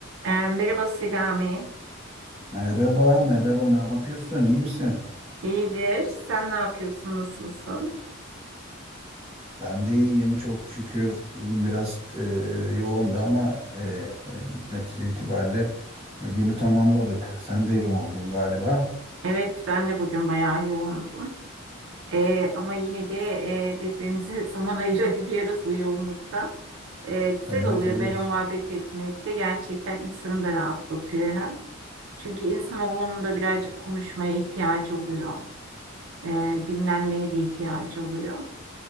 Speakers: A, on the right; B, on the right.
A: Ee, Merhaba Selami.
B: Merhaba, merhaba. Ne yapıyorsun? İyi misin?
A: İyidir. Sen ne yapıyorsun? Nasılsın?
B: Ben de iyiyim, çok şükür. Bugün biraz e, yoğundu ama e, e, netice itibariyle günü tamamladık. Sen de yoğundun galiba.
A: Evet, ben de bugün bayağı yoğundum. Ee, ama yine de e, birbirimize <laughs> zaman ayırabiliyoruz bu yoğunlukta. Ee, güzel
B: Evet,
A: oluyor
B: evet.
A: böyle muhabbet etmek de gerçekten insanı da rahatlatıyor hem. Çünkü insanoğlunun da birazcık konuşmaya ihtiyacı oluyor. e, dinlenmeye de ihtiyacı oluyor.